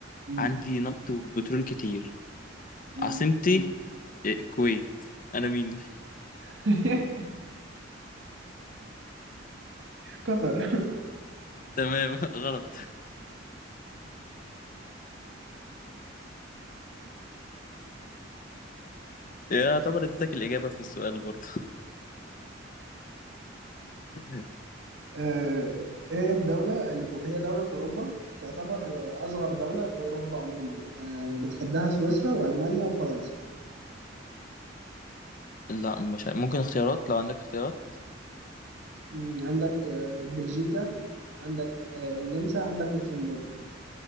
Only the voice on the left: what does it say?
عندي نفط وبترول كتير
عاصمتي آه، الكويت انا مين <laughs>
تمام <laughs> غلط يعتبر اديتك الإجابة في السؤال برضه <laughs>
لا مش ع- ممكن اختيارات لو عندك اختيارات